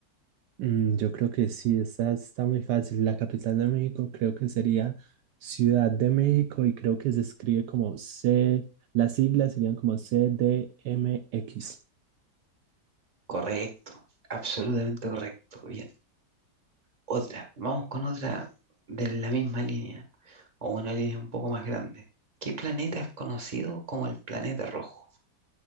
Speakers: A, on the right; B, on the right.
A: Mm, yo creo que sí, esta está muy fácil. La capital de México creo que sería Ciudad de México y creo que se escribe como C, las siglas serían como C D M X.
B: Correcto, absolutamente correcto. Bien, otra. Vamos con otra de la misma línea, o una línea un poco más grande. ¿Qué planeta es conocido como el planeta rojo?